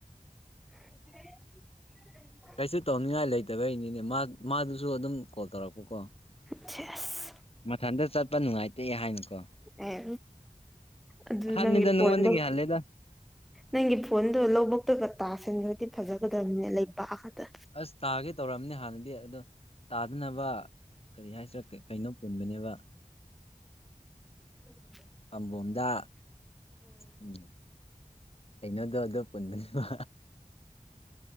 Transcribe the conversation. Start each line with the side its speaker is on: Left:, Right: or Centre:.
Centre: <unintelligible>
Left: ꯀꯩꯁꯨ ꯇꯧꯅꯤꯡꯉꯥꯏ ꯂꯩꯇꯕꯩꯅꯤꯅꯦ ꯃꯥ ꯃꯥꯗꯨꯁꯨ ꯑꯗꯨꯝ ꯀꯣꯜ ꯇꯧꯔꯛꯄꯀꯣ
Centre: ꯊꯦꯁ
Left: ꯃꯊꯟꯇ ꯆꯠꯄ ꯅꯨꯡꯉꯥꯏꯇꯦ ꯍꯥꯏꯅꯀꯣ
Centre: ꯑꯦ ꯑꯗꯨ
Left: ꯑꯍꯟꯅꯤꯗ
Centre: ꯅꯪꯒꯤ
Left: ꯅꯉꯣꯟꯗꯒꯤ
Centre: ꯐꯟꯗꯣ
Left: ꯍꯜꯂꯦꯗ
Centre: ꯅꯪꯒꯤ ꯐꯣꯟꯗꯣ ꯂꯧꯕꯛꯇꯒ ꯇꯥꯁꯟꯈ꯭ꯔꯗꯤ ꯐꯖꯒꯗꯕꯅꯦ ꯂꯩꯕꯥꯛꯗ
Left: ꯑꯁ ꯇꯥꯒꯦ ꯇꯧꯔꯝꯅꯦ ꯍꯥꯟꯅꯗꯤ ꯑꯗꯣ ꯇꯥꯗꯅꯕ ꯀꯔꯤ ꯍꯥꯏꯁꯤꯔꯥ ꯀꯩꯅꯣ ꯄꯨꯟꯕꯅꯦꯕ
Centre: ꯎꯝ
Left: ꯄꯥꯝꯕꯣꯝꯗ ꯎꯝ ꯀꯩꯅꯣꯗꯣ ꯑꯗꯨ ꯄꯨꯟꯕꯅꯦꯕ